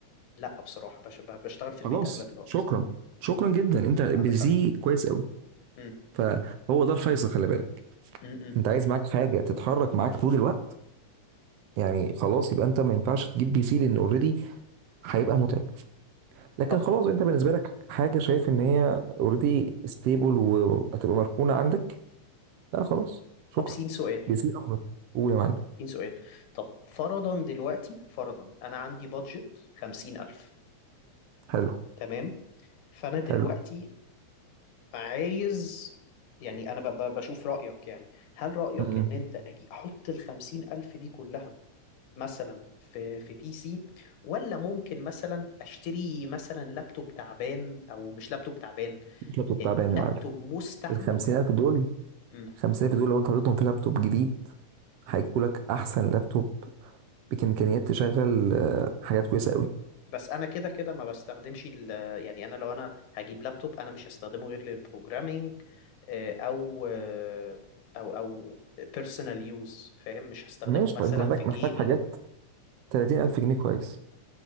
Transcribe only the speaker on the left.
لا بصراحة بش... بشتغل في البيت
اغلب الوقت
عندك حق
امم
امم
امم
طب
امم
طب سين سؤال
سين سؤال طب فرضا دلوقتي فرضا انا عندي بادجت خمسين الف
تمام فانا دلوقتي
عايز يعني انا ب- ب- بشوف رأيك يعني هل رأيك
ان انت أجي احط الخمسين الف دي كلها مثلا في في بي سي ولا ممكن مثلا اشتري مثلا لابتوب تعبان او مش لابتوب تعبان
إيه،
لابتوب
مستعمل
مم.
بس انا كده كده ما بستخدمش ال- يعني انا لو انا هجيب لابتوب انا مش هستخدمه غير للبروجرامينج آه، او آه، او او بيرسونال يوز فاهم مش هستخدمه
مثلا
في جيمنج